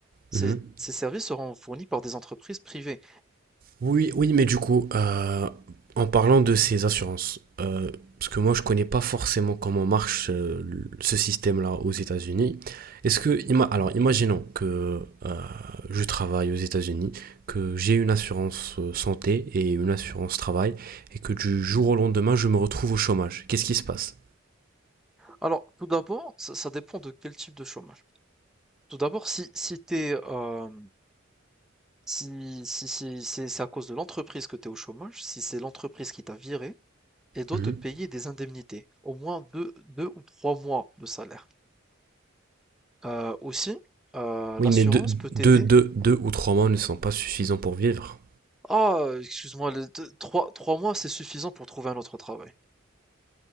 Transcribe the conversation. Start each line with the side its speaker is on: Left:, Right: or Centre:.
Centre: ces
Right: Mhm.
Centre: ces services seront fournis par des entreprises privées.
Right: Oui, oui, mais du coup, euh, en parlant de ces assurances, euh, parce que moi je connais pas forcément comment marche euh, le- ce système-là aux États-Unis. Est-ce que, ima- alors, imaginons que euh, je travaille aux États-Unis, que j'ai une assurance euh, santé et une assurance travail, et que du jour au lendemain je me retrouve au chômage. Qu'est-ce qui se passe?
Centre: Alors, tout d'abord, ça, ça dépend de quel type de chômage. Tout d'abord, si, si t'es, euh, si, si, si- c'est c'est à cause de l'entreprise que tu es au chômage, si c'est l'entreprise qui t'a viré, et doit
Right: Mhm.
Centre: te payer des indemnités, au moins deux, deux ou trois mois de salaire. Euh, aussi, euh,
Right: Oui,
Centre: l'assurance
Right: mais deux,
Centre: peut t'aider.
Right: deux, deux, deux ou trois mois ne sont pas suffisants pour vivre.
Centre: Ah, excuse-moi, les deux- trois, trois mois, c'est suffisant pour trouver un autre travail.